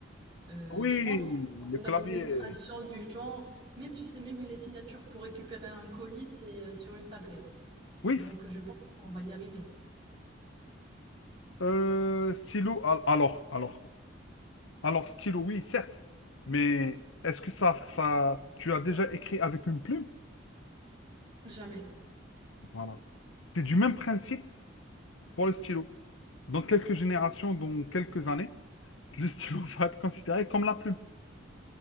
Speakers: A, on the right; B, on the left.
A: Euh,
B: Oui,
A: je pense que c'est
B: le
A: une
B: clavier.
A: administration du genre, même tu sais, même les signatures pour récupérer un colis, c'est euh, sur une tablette.
B: Oui,
A: Donc je pense qu'on va y arriver.
B: euh, stylo. al- Alors, alors, alors, stylo, oui, certes. Mais est-ce que ça, ça, tu as déjà écrit avec une plume?
A: Jamais.
B: Voilà. C'est du même principe pour le stylo. Dans quelques générations, dans quelques années, le stylo <laughs> va être considéré comme la plume.